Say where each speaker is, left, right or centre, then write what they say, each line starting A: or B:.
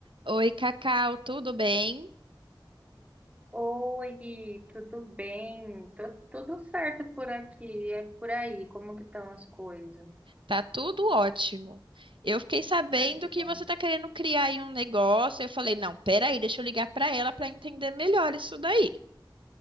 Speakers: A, on the right; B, on the right.
A: Oi, Cacau, tudo bem?
B: Oi, tudo bem? Tô- tudo certo por aqui, é por aí, como que estão as coisas?
A: Tá tudo ótimo. Eu fiquei sabendo
B: Ai, que
A: que
B: bom.
A: você tá querendo criar aí um negócio. Eu falei, não, peraí, deixa eu ligar pra ela pra entender melhor isso daí.